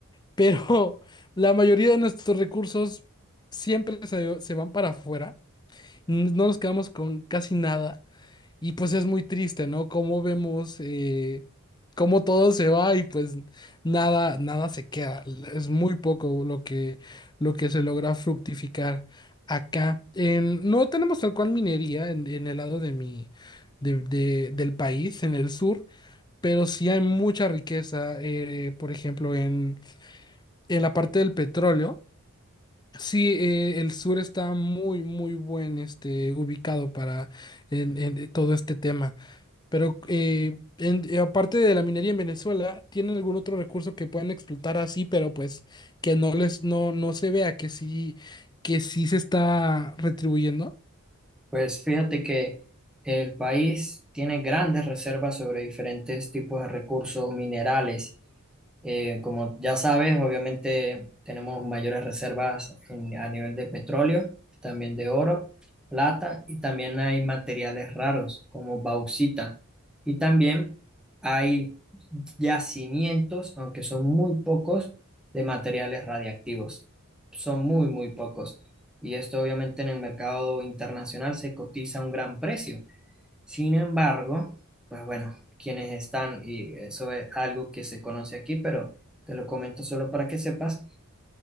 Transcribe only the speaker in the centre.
Pues fíjate que el país tiene grandes reservas sobre diferentes tipos de recursos minerales. Eh, como ya sabes, obviamente tenemos mayores reservas en- a nivel de petróleo, también de oro, plata y también hay materiales raros como bauxita. Y también hay yacimientos, aunque son muy pocos, de materiales radiactivos. Son muy, muy pocos y esto obviamente en el mercado internacional se cotiza a un gran precio. Sin embargo, pues bueno, quienes están, y eso es algo que se conoce aquí, pero te lo comento solo para que sepas,